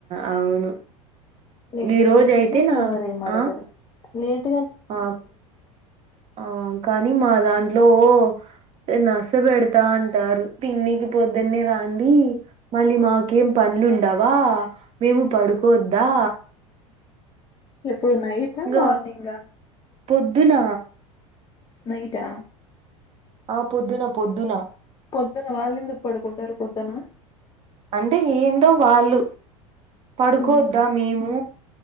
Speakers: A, on the right; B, on the left.
A: అవును
B: లేటుగా
A: ఈ రోజు
B: లేచిన
A: అయితే నా
B: ఎవరు ఏం అడగారు.
A: ఆ
B: లెట్
A: ఆ ఆ కానీ మా దాంట్లో ఓ నస పెడతా అంటరు. తిన్నికి పోద్దన్నే రండి మళ్ళీ మాకేం పనులుండవా మేము పడుకోద్దా
B: ఇప్ ప్పుడు నైటా
A: ఇంగో
B: మార్నింగ
A: పొద్దున
B: నైటా
A: ఆ పొద్దున పొద్దున
B: పొద్దున వాళ్ళు ఎందుకు పడుకుంటారు. పొద్దన
A: అంటే ఏందో వాళ్ళు పడుకోద్దా
B: హ్మ్.
A: మేము